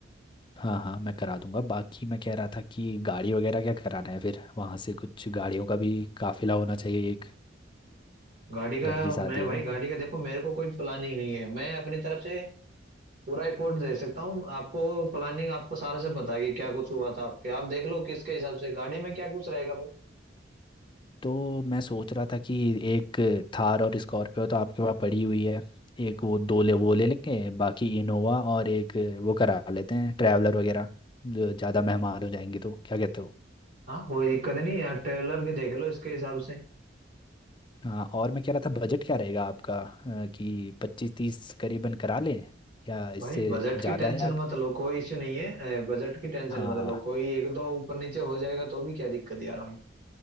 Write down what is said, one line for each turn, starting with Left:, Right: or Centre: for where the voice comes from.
Left: हाँ हाँ मैं करा दूंगा बाकी मैं कह रहा था कि गाड़ी वगैरह क्या कराना है फिर वहाँ से कुछ गाड़ियों का भी काफिला होना चाहिए एक
Right: गाड़ी का
Left: घर की
Right: मैं
Left: शादी है
Right: भाई
Left: ना
Right: गाड़ी का देखो मेरे को कोई प्लानिंग नहीं है मैं अपनी तरफ से पूरा रिपोर्ट दे सकता हूँ आपको प्लानिंग आपको सारा से पता है कि क्या कुछ हुआ था आपके आप देख लो किसके हिसाब से गाड़ी में क्या कुछ रहेगा भाई
Left: तो मैं सोच रहा था कि एक थार और स्कॉर्पियो तो आपके पास पड़ी हुई है एक वो दो ले वो ले लेंगे बाकी इनोवा और एक वो करा लेते हैं ट्रैवलर वगैरह जो ज़्यादा मेहमान हो जाएंगे तो क्या कहते हो
Right: हाँ कोई दिक्कत नहीं यार ट्रेलर के देख लो इसके हिसाब से
Left: हाँ और मैं कह रहा था बजट क्या रहेगा आपका अ, कि पच्चीस तीस करीबन करा लें या इससे
Right: भाई बजट
Left: ज़्यादा
Right: की टेंशन
Left: है या
Right: मत लो कोई इश्यू नहीं है बजट की टेंशन
Left: हाँ
Right: मत लो कोई एक दो ऊपर नीचे हो जाएगा तो भी क्या दिक्कत यार भाई